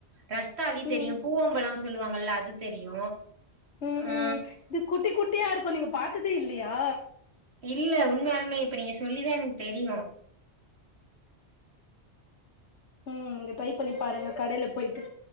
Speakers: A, on the right (about 70°); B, on the left (about 85°).
A: ரஸ் தாளி
B: ம்
A: தெரியும் பூவம்பழம் சொல்லுவாங்கல்ல அது தெரியு
B: ம்
A: ஆ
B: ம் இது குட்டி குட்டியா இருக்கும் நீங்க பாத்ததே இல்லியா
A: இல்ல உண்மயாலுமே இப்ப நீங்க சொல்லிதா எனக்கு தெரியு
B: ம் நீங்க ட்ரை பண்ணி பாருங்க கடைல போயிட்டு